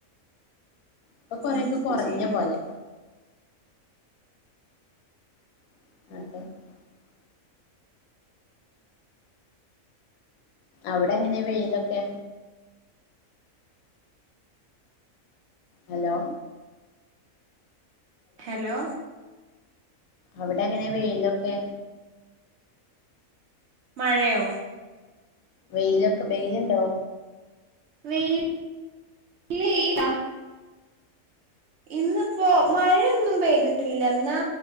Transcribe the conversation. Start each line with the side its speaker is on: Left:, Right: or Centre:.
Left: ഇപ്പോ കൊറേക്കെ
Right: എന്തിപ്പ
Left: കൊറഞ്ഞ
Right: ചെയ്യണ്
Left: പോലെ <unintelligible> അവിടെങ്ങനാ വെയിലൊക്കെ ഹലോ
Right: ഹെലോ
Left: അവിടെങ്ങനാ വെയിലൊക്കെ
Right: മഴയോ
Left: വെയിലൊക്കെ വെയിൽ ഇണ്ട് ഹലോ
Right: വെയിൽ വെയിൽ ഇന്ന് ഇപ്പൊ മഴാ ഒന്നും പെയ്തിട്ടയില്ല ഇന്നാ